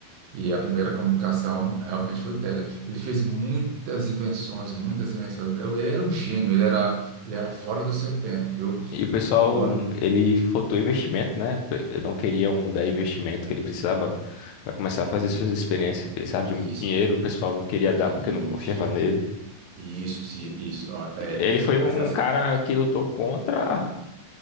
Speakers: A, on the right; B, on the left.
A: E a primeira comunicação realmente foi tele. Ele fez muitas invenções, muitas invenções. Ele era um gênio, ele era, ele era fora do seu tempo, viu?
B: E o pessoal,
A: Fora.
B: não- ele faltou investimento, né? Pe- Não queriam dar investimento que ele precisava para começar a fazer
A: E,
B: suas experiências. Precisava de
A: isso,
B: muito dinheiro, o pessoal não queria
A: isso,
B: dar porque não confiava nele.
A: isso, se- isso. ó, é,
B: Ele foi
A: as-
B: um
A: as-
B: cara que lutou contra.